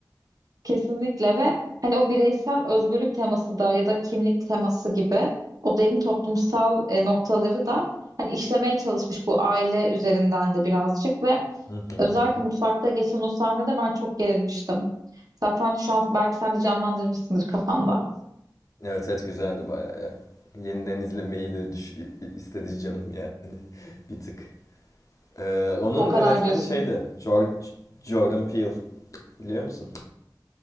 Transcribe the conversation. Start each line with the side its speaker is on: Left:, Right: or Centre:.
Right: Kesinlikle ve hani o bireysel özgürlük teması da ya da kimlik teması gibi o derin toplumsal e, noktaları da hani işlemeye çalışmış bu aile üzerinden de birazcık ve
Left: Hı hı
Right: özellikle
Left: hı hı.
Right: mutfakta geçen o sahnede ben çok gerilmiştim. Zaten şu an belki sen de canlandırmışsındır kafanda.
Left: Evet evet güzeldi bayağı ya. Yeniden izlemeyi de düş- istedi canım yani. <laughs> Bir tık. Ee, onun
Right: O kadar
Left: yönetmeni
Right: diyorsun.
Left: şeydi. Jor- Jordan Peele. Biliyor musun?